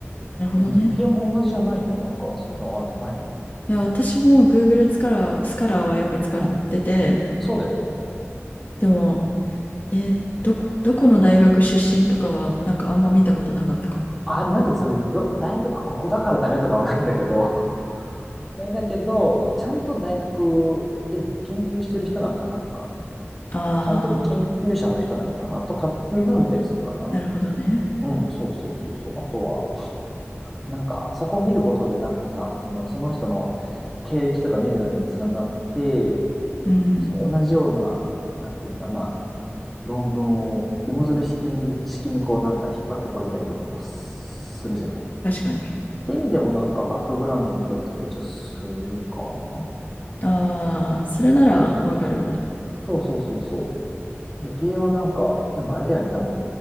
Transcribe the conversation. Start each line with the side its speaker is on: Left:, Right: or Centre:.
Left: なるほどね。
Centre: うん、理系も同じじゃないのなんか、そういうのはない
Left: いや、私も Google スカラー、スカラーはよく使ってて、
Centre: うん、そうだよね。
Left: でも、え、どこ、どこの大学出身とかは、なんかあんま見たことなかったかも。
Centre: あ、なんていうの、それど、大学ここだからダメとかはないんだけど、<laughs> ないんだけど、なんかちゃんと大学で研究してる人なんかなとか、
Left: ああ、
Centre: ちゃんと研究者の人なのかなとかっていうのを見たりするかな。
Left: なるほどね。
Centre: うん、そうそうそうそう。あとは、なんか、そこを見ることで、なんかさ、その、その人の経歴とか見るのにもつながって、
Left: うん。
Centre: その同じような、なんていうのかな、論文を芋づる式に、式にこうなんか引っ張ってこれたりとかもするじゃない。っ
Left: 確かに。
Centre: て意味でもなんかバックグラウンド見たりとか一応するかな
Left: ああ、それならわかるわ。
Centre: そうそうそう。そうそうそうそう。理系はなんか、でもあれだよね、多分、